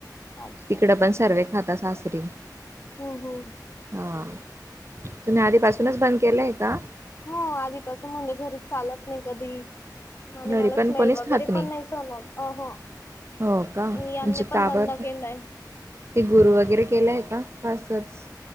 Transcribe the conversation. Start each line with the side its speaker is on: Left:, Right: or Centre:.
Left: अच्छा
Right: इकडे पण सर्वे खाता सासरी
Left: हम्म हम्म
Right: हा तुम्ही आधीपासूनच बंद केलंय का?
Left: हो आधीपासून म्हणजे घरीच चालत नाही कधी आणि
Right: घरी
Left: मला
Right: पण
Left: स्मेल
Right: कोणीच
Left: वगैरे
Right: खात
Left: पण नाही सहन होत अं ह
Right: हो का म्हणजे
Left: यांनी पण
Right: का
Left: बंद
Right: बर
Left: केलंय
Right: ते गुरु वगैरे केलंय का असंच